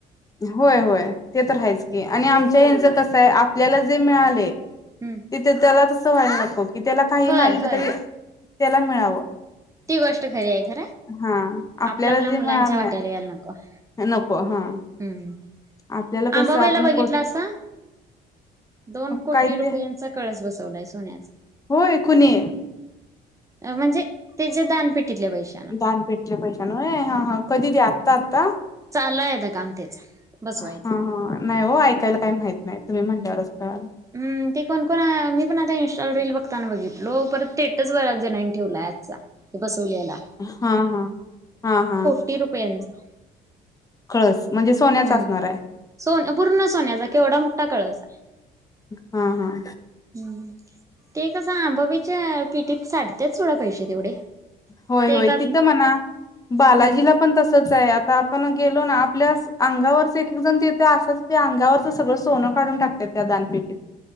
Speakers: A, on the left; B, on the right.
A: होय होय, ते तर आहेच की, आणि आमच्या यांचं कसंय, आप आपल्याला जे मिळालय,
B: हम्म
A: ते त्याला तसं व्हायला नको, की त्याला काही
B: होय
A: मागलं
B: होय
A: तरी त्याला मिळावं,
B: ती गोष्ट खरी आहे खरं
A: हा आपल्याला
B: आपला आपल्या
A: जे
B: मुलांच्या
A: मिळालं
B: वाट्याला
A: नाय
B: नको <unintelligible>
A: न नको हा.
B: हम्म
A: आपल्याला कसं
B: आंबाबाईला
A: आपण
B: बघितलासा?
A: कोठ
B: दोन कोटी
A: काय ते
B: रुपयांचा कळस बसवलाय सोन्याचा.
A: होय कुणी?
B: म्हणजे, तेच्या दानपेटीतल्या पैशे.
A: दान पेटितल्या पैशानं होय हा कधी ते आत्ता आता
B: चालु आय आता काम त्याच. बसवायच
A: हा हा, नाही हो ऐकायला काही माहित नाही, तुम्ही म्हणल्यावर कळालं.
B: हम्म, ते कोण कोण मी पण आता इंस्टा रील बघताना बघितलो, परत टेटच बऱ्याच जणांनी नी ठेवलाय आजचा. ते बसवलेला.
A: हां हां हा हां.
B: टी रुपयांचा.
A: कळस म्हणजे सोन्याचा
B: हम्म,
A: असणार आहे
B: सोन पूर्ण सोन्याचा केवढा मोठा कळस आय.
A: हा हा.
B: हम्म, ते कसं आंबाबाईच्या पिटीत साठत्यात सोडा पैशे तेवढे.
A: होय
B: ते
A: होय
B: का
A: तिथं म्हणा, बालाजीला
B: हा
A: पण तसच आहे, आता आपण गेलो ना आपल्या अंगावरच एक एक जण देतेय असाच ते अंगावरच सगळं सोनं काढून टाकत्यात त्या दानपिटीत,